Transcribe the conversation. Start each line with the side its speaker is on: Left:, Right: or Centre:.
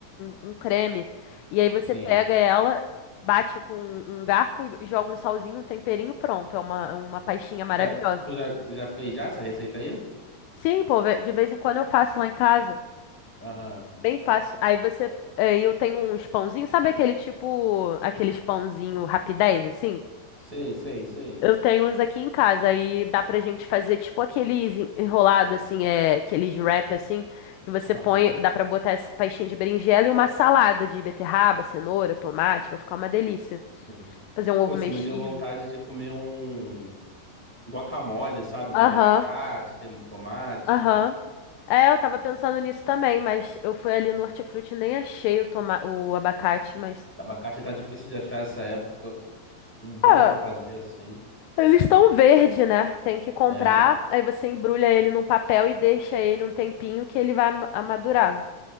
Left: um, um creme. E aí você
Centre: Sim.
Left: pega ela, bate com um garfo e joga um salzinho, um temperinho, pronto. É uma, uma pastinha maravilhosa.
Centre: Já, tu já, já fez já essa receita aí?
Left: Sim, pô, ve- de vez em quando eu faço lá em casa.
Centre: Aham.
Left: Bem fácil. Aí você, aí eu tenho uns pãozinhos, sabe aquele tipo, aqueles pãozinho rapidez, assim?
Centre: Sei, sei, sei.
Left: Eu tenho uns aqui em casa aí dá pra gente fazer tipo aqueles en- enrolado assim, é, aqueles wrap assim, que você
Centre: Aham.
Left: põe, dá pra botar essa pastinha de berinjela e uma salada de beterraba, cenoura, tomate, vai ficar uma delícia.
Centre: Sim.
Left: Fazer um ovo
Centre: Pô, você
Left: mexido.
Centre: me deu vontade de comer um guacamole, sabe? Com
Left: Aham,
Centre: abacate, tem- tomate.
Left: aham. É, eu tava pensando nisso também, mas eu fui ali no Hortifruti e nem achei o toma o abacate, mas
Centre: Abacate tá difícil de achar essa época. Um bom
Left: Ah,
Centre: pra fazer assim.
Left: eles estão verde, né? Tem que comprar,
Centre: É,
Left: aí você embrulha ele num papel e deixa ele um tempinho que ele vai am- amadurar.